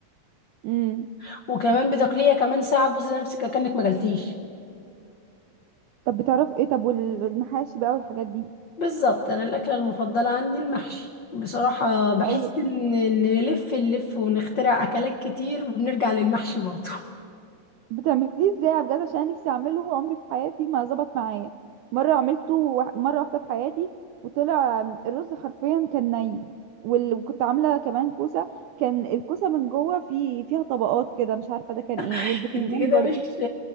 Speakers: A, on the right (about 80°); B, on the left (about 80°).
A: امم
B: <laughs> وكمان بتاكليها كمان ساعة تبصي نفسك كأنك ما جلتيش
A: طب بتعرفي ايه طب والمحاشي بقى والحاجات دي
B: بالظبط انا الاكله المفضله عندي المحشي بصراحه بحس
A: اي
B: ان إن نلف نلف ونخترع اكلات كتير وبنرجع للمحشي برضه
A: بتعمليه ازاي بجد عشان أنا نفسي اعمله عمري في حياتي ما ظبط معايا مره عملته وح- مره واحده في حياتي وطلع الرز حرفيا كان ني وال... وكنت عامله كمان كوسه كان الكوسه من جوه في فيها طبقات كده مش عارفه ده كان ايه
B: <laughs>
A: والبتنجان
B: انت كده
A: برضو
B: مش